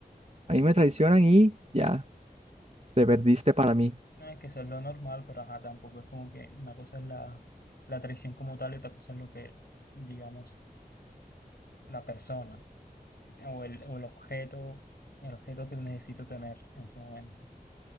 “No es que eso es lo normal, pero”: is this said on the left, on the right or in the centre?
Left